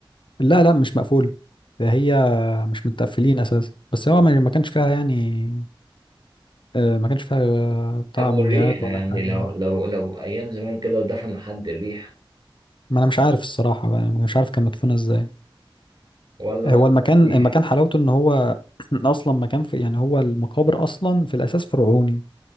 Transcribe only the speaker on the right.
طب
طب والريحة
يعني
لو لو لو أيام زمان كده ودفنوا حد الريحة
ولا
هم
كانوا بيح